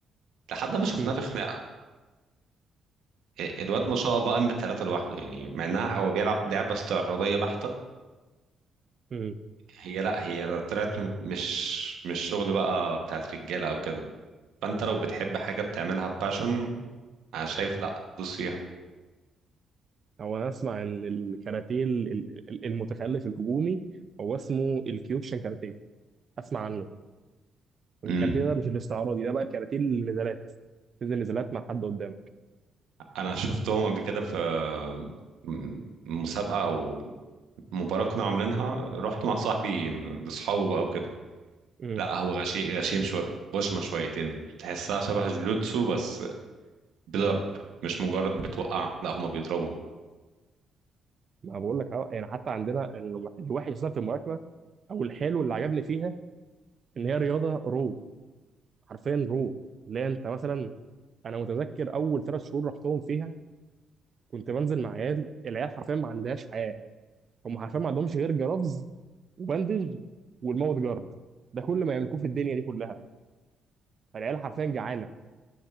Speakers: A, on the right; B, on the right.
A: لحد ما
B: مهم.
A: شفناه في خناقة ال- الواد ما شاء الله قام بثلاثة لوحده يعني مع انها هو بيلعب لعبة استعراضية بحتة
B: مهم.
A: هي لا هي طلعت م- مش مش شغل بقى بتاعت رجالة او كده فانت لو بتحب حاجة بتعملها باشن انا شايف لا دوس فيها
B: هو انا اسمع ان الكاراتيه ال- ال- ال- المتخلف الهجومي هو اسمه الكيوكشن كاراتيه اسمع عنه الكاراتيه
A: امم
B: ده مش الاستعراضي ده بقى الكاراتيه النزالات تنزل نزالات مع حد قدامك
A: انا شفتهم قبل كده في م- مسابقة او مباراة كانوا عاملينها رحت مع صاحبي لاصحابه بقى وكده
B: امم
A: لا هو غشيم غشيم شوية غشمة شويتين تحسها شبه الجلوتسو بس بضرب مش مجرد بتوقع لا هما بيضربوا
B: ما بقول لك اه يعني حتى عندنا ال- الوحش اصلا في الملاكمه او الحلو اللي عجبني فيها ان هي رياضه رو حرفيا روح لا انت مثلا انا متذكر اول ثلاث شهور رحتهم فيها كنت بنزل مع عيال العيال حرفيا ما عندهاش حياه هم حرفيا ما عندهمش غير جرافز وبندج والماوث جارد ده كل ما يملكوه في الدنيا دي كلها فالعيال حرفيا جعانه